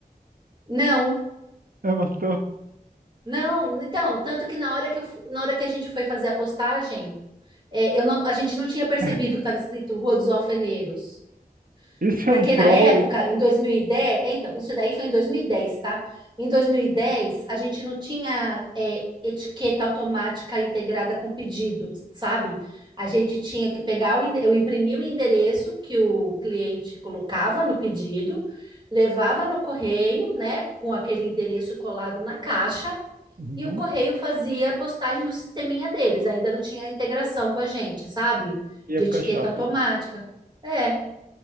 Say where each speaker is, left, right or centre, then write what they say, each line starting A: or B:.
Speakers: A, on the right (about 30°); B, on the right (about 65°).
A: não,
B: É uma to-
A: não. Então, tanto que na hora que eu fu- na hora que a gente foi fazer a postagem, é, eu não, a gente não tinha percebido
B: <laughs>
A: que estava escrito Rua dos Alfeneiros.
B: Isso
A: Porque
B: é um troll.
A: na época, em 2010, é, então, isso daí foi em 2010, tá? Em 2010, a gente não tinha é, etiqueta automática integrada com pedido, sabe? A gente tinha que pegar, o, ende- eu imprimi o endereço que o cliente colocava no pedido, levava no correio, né, com aquele endereço colado na caixa,
B: Uhum.
A: e o correio fazia a postagem no sisteminha deles. Ainda não tinha integração com a gente, sabe?
B: E
A: De
B: época
A: etiqueta
B: chata.
A: automática. É.